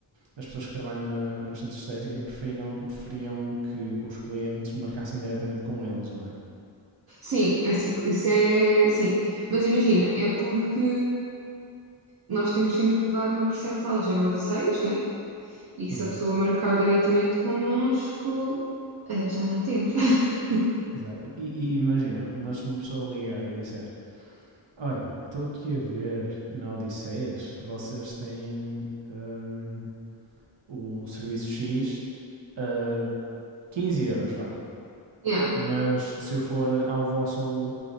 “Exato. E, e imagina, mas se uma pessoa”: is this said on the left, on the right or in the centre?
Right